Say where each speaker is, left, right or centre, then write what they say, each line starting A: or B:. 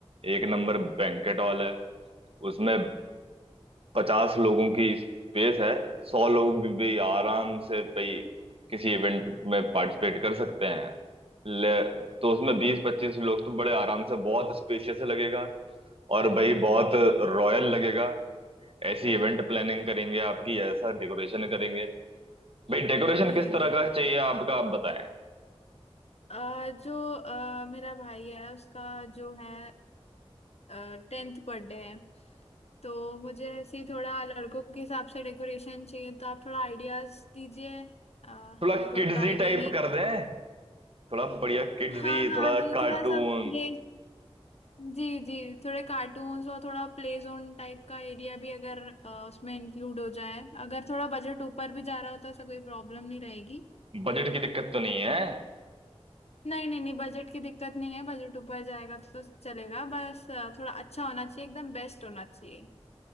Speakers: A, on the right (about 60°); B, on the left (about 75°).
A: एक नंबर बैंकेट हॉल है उसमें पचास लोगों की स्पेस है सौ लोग भी, भी आराम से भाई किसी इवेंट में पार्टिसिपेट कर सकते हैं ले तो उसमें बीस पच्चीस लोग तो बड़े आराम से बहुत स्पेशियस लगेगा और भाई बहुत रॉयल लगेगा ऐसी इवेंट प्लानिंग करेंगे आपकी ऐसा डेकोरेशन करेंगे भाई डेकोरेशन
B: जी
A: किस तरह
B: जी
A: का चाहिए आपका आप बताएं
B: अ, जो अ, मेरा भाई है उसका जो है टेंथ बर्थडे है तो मुझे ऐसे ही थोड़ा लड़कों के हिसाब से डेकोरेशन चाहिए तो आप थोड़ा आइडियाज दीजिए अ,
A: थोड़ा
B: मेरे को
A: किड्जी
B: इतना आइडिया
A: टाइप
B: नहीं
A: कर दें थोड़ा बढ़िया किड्जी
B: हाँ हाँ
A: थोड़ा
B: जी
A: कार्टून
B: थोड़ा सा प्ले जी जी थोड़े कार्टून्स और थोड़ा प्ले जोन टाइप का एरिया भी अगर अ, उसमें इंक्लूड हो जाए अगर थोड़ा बजट ऊपर भी जा रहा होता है ऐसा कोई प्रॉब्लम नहीं रहेगी
A: बजट की दिक्कत तो नहीं है
B: नहीं नहीं नहीं बजट की दिक्कत नहीं है बजट ऊपर जाएगा तो चलेगा बस अ, थोड़ा अच्छा होना चाहिए एकदम बेस्ट होना चाहिए